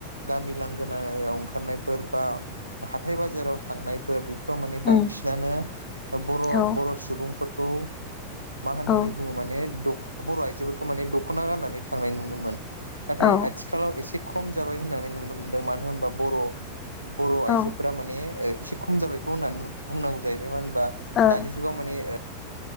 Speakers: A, on the right; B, on the left.
A: गामि लांगोनायाव ओंखारनायफोर बा हाथाय बाजाराव थांनायफोर बेफोर फ्राव माने बांसिनानो
B: उम
A: बर'
B: औ
A: बर' सुबुंफोरखौ मा होननानै
B: औ
A: बुङो माने दख बर' आइजोफोरखौ माने दखना गाननानै थांनाय नुनो मोन। नाथाय
B: औ
A: आथिखालाव एसे खम जाबाय होननानै नुनो मोनदों मानो होनबा बर' बर' आइजोफोरा
B: ओ
A: माने एसे खम जाबायखौ होननानै बुंनांगौ जाहैबाय मा होन बा
B: औ
A: दानि जुागाव माने ओ